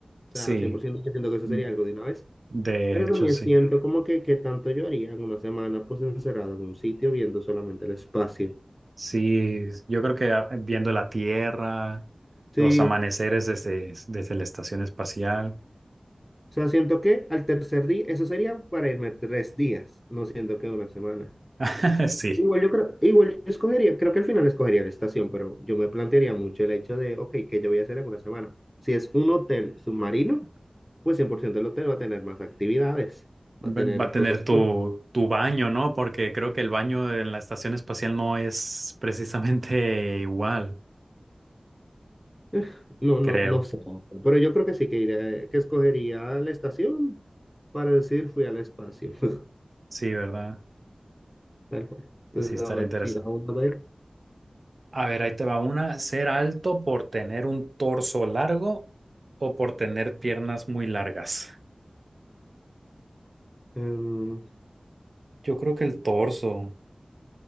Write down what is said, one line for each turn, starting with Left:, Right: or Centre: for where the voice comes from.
Centre: O
Right: sí,
Centre: sea, 100% yo siento que eso
Right: mm,
Centre: sería algo de una vez.
Right: de
Centre: Pero
Right: hecho,
Centre: también
Right: sí.
Centre: siento como que, que tanto yo haría en una semana pues encerrado en un sitio viendo solamente el espacio.
Right: Sí, yo creo que ah, viendo la Tierra,
Centre: Sí,
Right: los amaneceres desde, desde la estación espacial,
Centre: o sea, siento que al tercer día, eso sería para irme tres días, no siento que una semana.
Right: <laughs> sí.
Centre: Igual yo creo, igual yo escogería, creo que al final escogería la estación, pero yo me plantearía mucho el hecho de, ok, ¿qué yo voy a hacer en una semana? Si es un hotel submarino, pues 100% el hotel va a tener más actividades, va a tener
Right: Va va a tener
Centre: cosas
Right: tu, tu baño, ¿no? Porque creo que el baño en la estación espacial no es precisamente <laughs> igual,
Centre: Eh, No,
Right: creo.
Centre: no, no sé, pero yo creo que sí que iré, que escogería la estación para decir fui al espacio, <laughs>
Right: Sí, ¿verdad?
Centre: tal cual. Entonces,
Right: Sí, estaría
Centre: a ver,
Right: interesante.
Centre: tira uno, a ver.
Right: A ver, ahí te va una. ¿Ser alto por tener un torso largo o por tener piernas muy largas?
Centre: Em,
Right: Yo creo que el torso.